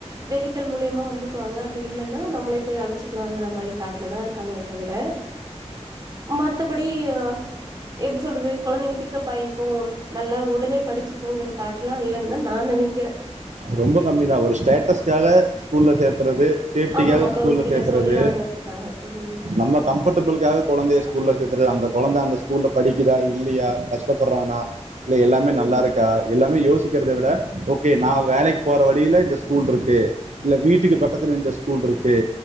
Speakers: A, on the right; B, on the right.
A: வெஹிள் மூலியமா வந்து. இருக்குவாங்க, அப்டி இல்லன்னா, நம்மளே போய் அழச்சிக்லாங்கிற மாரி தாட்டுல தான் இருக்காங்களே தவிர, மத். மத்தபடி யு எப்படி சொல்றது குழந்தைங்க பிக்கப் ஆகிக்கும். நல்லா உடனே படிச்சு. தூங்குற தாட்ல இலன்னு தான் நான் நெனைக்கிறே.
B: ரொம்ப கம்மி தான் ஒரு ஸ்டேட்ஸ்காக ஸ்கூல்ல சேத்றது. சேஃப்டிக்காக
A: ஆமா மத்தவங்க
B: ஸ்கூல்ல
A: கிட்ட
B: சேத்றது.
A: சொல்லாங்கறதுக்காக ம்
B: நம்ம கம்ஃபர்ட்டபுளுகாக குழந்தைய ஸ்கூல்ல. அந்த குழந்தை, அந்த ஸ்கூல்ல படிக்குதா இல்லையா கஷ்டப்படுறானா. இல்ல, எல்லாமே
A: ம்
B: நல்லா இருக்கா எல்லாமே யோஸ். இருக்கிறத விட ஓகே நான் வேலைக்கு போற வழியில இந்த ஸ்கூல் இருக்கு இல்ல வீட்டுக்கு பக்கத்துல இந்த ஸ்கூல் இருக்கு